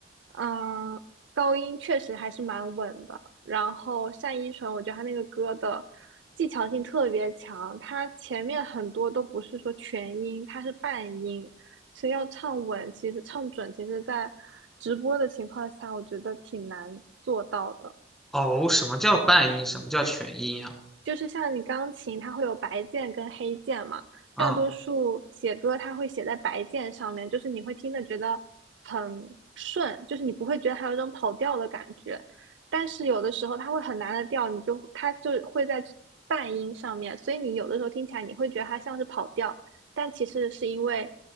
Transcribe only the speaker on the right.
嗯高音确实还是蛮稳的。然后单依纯，我觉得她那个歌的技巧性特别强，她前面很多都不是说全音，她是半音，所以要唱稳，其实唱准，其实在直播的情况下，我觉得挺难做到的。
就是像你钢琴，它会有白键跟黑键嘛，
大多数写歌它会写在白键上面，就是你会听的觉得很顺，就是你不会觉得它有一种跑调的感觉。但是有的时候它会很难的调，你就它就会在半音上面，所以你有的时候听起来你会觉得它像是跑调，但其实是因为